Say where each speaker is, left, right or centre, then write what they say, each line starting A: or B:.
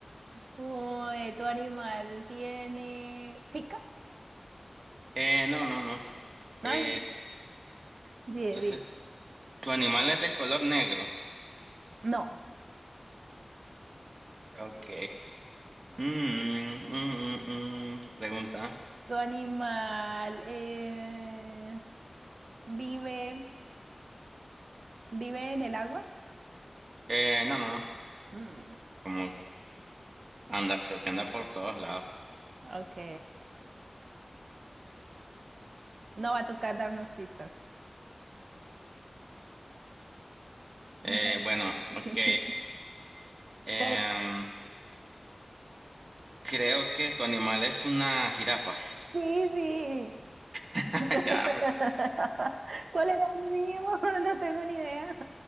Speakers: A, on the right (about 85°); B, on the right (about 60°).
A: Uy, ¿tu animal tiene pica?
B: Eh, no, no, no.
A: Ay,
B: Eh,
A: no. Dime,
B: entonces,
A: dime.
B: ¿tu animal es de color negro?
A: No.
B: Ok. Mm, mm, mm, mm. Pregunta.
A: ¿Tu animal eh, vive, vive en el agua?
B: Eh, no, no. no.
A: Mm,
B: Como anda, creo que anda por todos lados.
A: ok. No va a tocar darnos pistas.
B: Eh,
A: Me quedo-
B: bueno,
A: <laughs>
B: ok. Em,
A: Te-
B: creo que tu animal es una jirafa.
A: Sí, sí.
B: <laughs>
A: <laughs>
B: Ya.
A: ¿Cuál era el mío? <laughs> No tengo ni idea.